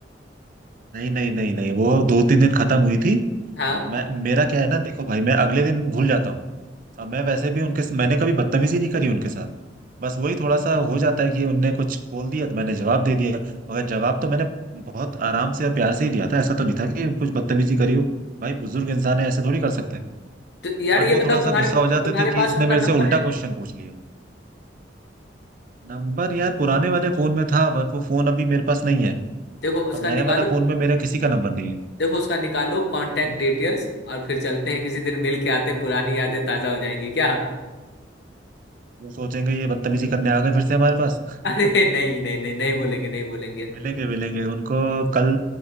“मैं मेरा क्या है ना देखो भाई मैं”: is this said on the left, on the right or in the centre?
Right